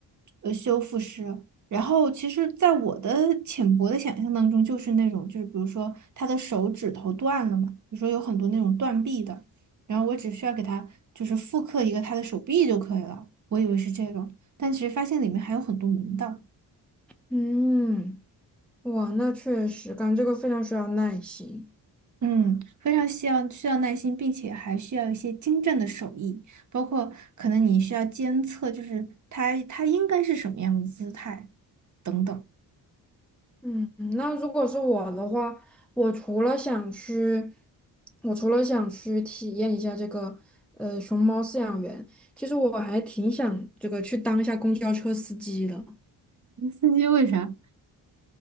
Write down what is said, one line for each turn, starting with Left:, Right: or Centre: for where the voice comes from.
Right: 呃，修复师。然后，其实，在我的浅薄的想象当中，就是那种，就是比如说他的手指头断了嘛，比如说有很多那种断臂的。然后我只需要给他就是复刻一个他的手臂就可以了。我以为是这个，但其实发现里面还有很多门道。
Centre: 嗯，哇，那确实，干这个非常需要耐心。
Right: 嗯，非常需要需要耐心，并且还需要一些精湛的手艺，包括可能你需要监测，就是他他应该是什么样的姿态等等。
Centre: 嗯，那如果是我的话，我除了想去，我除了想去体验一下这个呃熊猫饲养员，其实我还挺想这个去当一下公交车司机的，
Right: 司机为啥？